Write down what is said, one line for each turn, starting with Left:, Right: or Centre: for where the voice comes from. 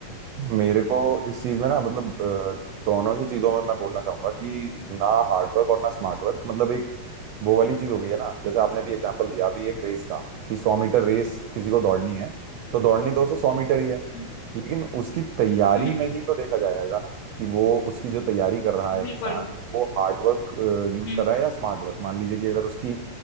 Right: मेरे को इस चीज में ना मतलब अ, दोनों ही चीजों में मैं बोलना चाहूंगा कि ना हार्ड वर्क और ना स्मार्ट वर्क मतलब एक वो वाली चीज हो गई है ना जैसे आपने अभी एग्जांपल दिया अभी एक रेस का कि सौ मीटर रेस किसी को दौड़नी है तो दौड़नी तो उसे सौ मीटर ही है
Left: हम्म,
Right: लेकिन उसकी तैयारी
Left: हम्म,
Right: में ही तो देखा जाएगा ना कि वो उसकी जो तैयारी कर रहा है
Left: बिल्कुल
Right: इंसान वो हार्ड वर्क यूज
Left: हम्म
Right: कर रहा है या स्मार्ट वर्क मान लीजिए कि अगर उसकी